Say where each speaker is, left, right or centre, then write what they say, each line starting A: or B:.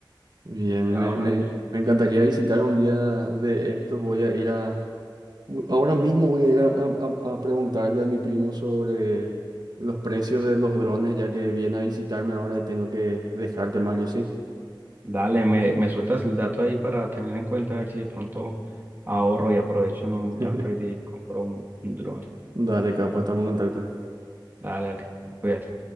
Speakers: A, on the right; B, on the right.
A: Bien,
B: Ahora,
A: me, me, me encantaría visitar un día de estos, voy a ir a, u- Ahora mismo voy a ir a, a- a preguntarle a mi primo sobre los precios de los drones, ya que viene a visitarme ahora y tengo que dejarte, Mario, ¿sí?
B: dale, me, me sueltas el dato ahí para tener en cuenta a ver si de pronto ahorro y aprovecho en un
A: <laughs>
B: Black Friday y compro un, un dron.
A: Dale, capo, estamos en contacto.
B: Dale, dale, te cuidas.